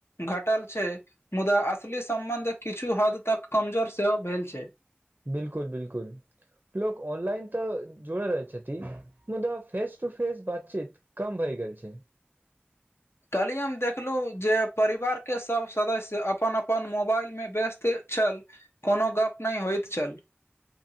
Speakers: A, on the left; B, on the right.
A: घटल छै मुदा असली सम्बन्ध किछु हद तक कमजोर सेहो भेल छै
B: बिल्कुल बिल्कुल लोक ऑनलाइन तऽ जड़े रहै छथि मुदा फेस टू फेस बातचीत कम भइ गेल छै <unintelligible>
A: कल्हि हम देखलु जे परिवार केँ सभ सदस्य अपन अपन मोबाइलमे व्यस्त छल कोनो गप नै होइत छल